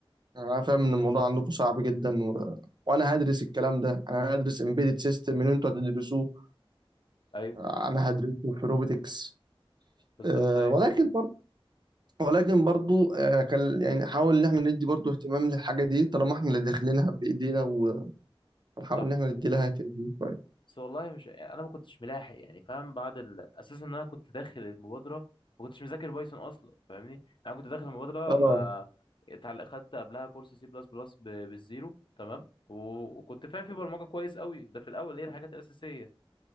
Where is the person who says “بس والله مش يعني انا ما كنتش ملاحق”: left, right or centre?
Left